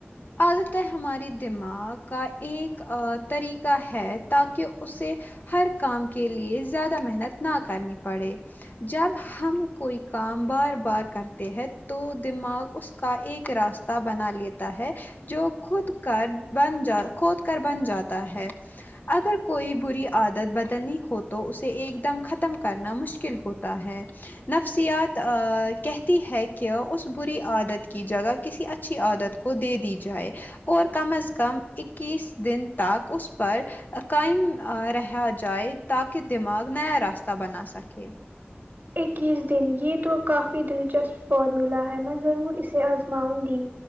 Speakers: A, on the left; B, on the right.
A: عادتیں ہماری دماغ کا ایک آ طریقہ ہے تا کہ اسے ہر کام کے لیے زیادہ محنت نہ کرنی پڑے جب ہم کوئی کام بار بار کرتے ہیں تو دماغ اس کا ایک راس تہ بنا لیتا ہے جو خود کر بن جا کھود کر بن جاتا ہے اگر کوئی بری عادت بدلنی ہو تو اسے ایک دم ختم کرنا مشکل ہوتا ہے نفسیات آ کہتی ہے کہ اس بری عادت کی جگہ کسی ا چھی عادت کو دے دی جائے اور کم از کم اکیس دن تک اس پر قائم رہا جائے تاکہ دماغ نیا راستہ بنا سکے
B: اکیس دن یہ تو کافی دلچسپ فارمولہ ہے میں ضرور اسے آزماؤں گی